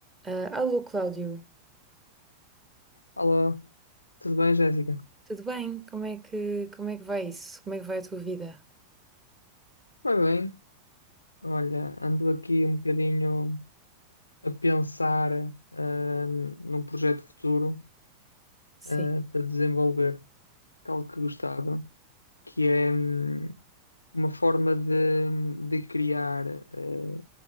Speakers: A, on the right; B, on the left.
A: Ah, alô, Cláudio,
B: Olá, tudo bem, Jéssica?
A: tudo bem? Como é que, como é que vai isso? Como é que vai a tua vida?
B: Vai bem. Olha, ando aqui um bocadinho a pensar ahm, num projeto futuro
A: Sim,
B: ah, para desenvolver, que é algo que gostava, que é hum, uma forma de, de criar eh,